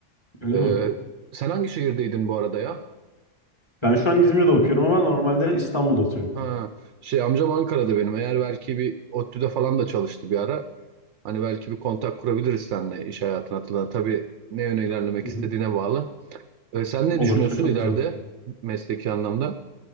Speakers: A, on the left (about 20°); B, on the right (about 75°).
A: Öyle
B: Ee,
A: mi?
B: sen hangi şehirdeydin bu arada ya?
A: Ben şu an İzmir'de okuyorum ama normalde İstanbul'da oturuyorum.
B: Ha, şey amcam Ankara'da benim. Eğer belki bir ODTÜ'de falan da çalıştı bir ara. Hani belki bir kontak kurabiliriz seninle iş hayatına atılan. Tabii ne yöne ilerlemek
A: Hı hı.
B: istediğine bağlı. Ee, sen ne
A: Olur
B: düşünüyorsun
A: çok çok
B: ileride
A: güzel. olur.
B: mesleki anlamda?